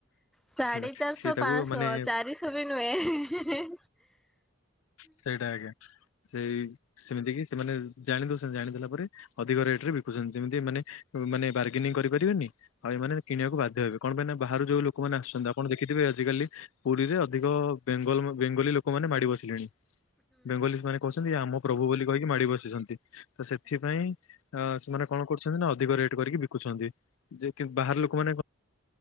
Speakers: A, in the centre; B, on the left (about 80°).
A: ସାଢେ
B: ହେଲା।
A: ଚାରିଶହ
B: ସିଏ ତାକୁ
A: ପାଂଶହ
B: ମାନେ
A: ଚାରିଶହ ବି ନୁହେଁ।
B: ସେଇଟା ଆଜ୍ଞା ସେଇ ସେମିତି କି ସେମାନେ ଜାଣି ଦୋଉଚନନ୍ତି ଜାଣି ଦେଲା ପରେ ଅଧିକ ରେଟରେ ବିକୁଚନ୍ତି ଯେମିତି ମାନେ ମାନେ ବାର୍ଗେନିଂ କରିପାରିବେନି ଆଉ ଏମାନେ କିଣିବାକୁ ବାଧ୍ୟ ହେବେ। କଣ ପାଇଁ ନା ବାହାରୁ ଯୋଉ ଲୋକମାନେ ଆସୁଚନ୍ତି। ଆପଣ ଦେଖିଥିବେ ଆଜିକାଲି ପୁରିରେ ଅଧିକ ବେଙ୍ଗଲ ବେଙ୍ଗଲୀ ଲୋକମାନେ ମାଡି ବସିଲେଣି। ବେଙ୍ଗଲୀ ମାନେ କୋହୁଚନ୍ତି ଆମ ପ୍ରଭୁ ବୋଲି କହିକି ମାଡି ବସିଚନ୍ତି ତ ସେଥିପାଇଁ ଅ ସେମାନେ କଣ କରୁଚନ୍ତି ନା ଅଧିକ ରେଟ୍ କରିକି ବିକୁଛନ୍ତି। ଯେକି ବାହାର ଲୋକମାନେ କ